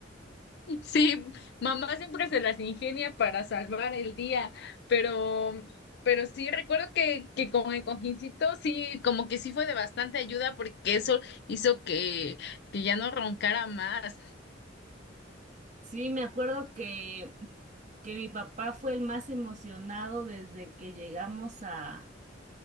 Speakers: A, on the left; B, on the right.
A: Sí, mamá siempre se las ingenia para salvar el día, pero, pero sí recuerdo que, que con el cojincito sí, como que sí fue de bastante ayuda porque eso hizo que, que ya no roncara más.
B: Sí, me acuerdo que que mi papá fue el más emocionado desde que llegamos a,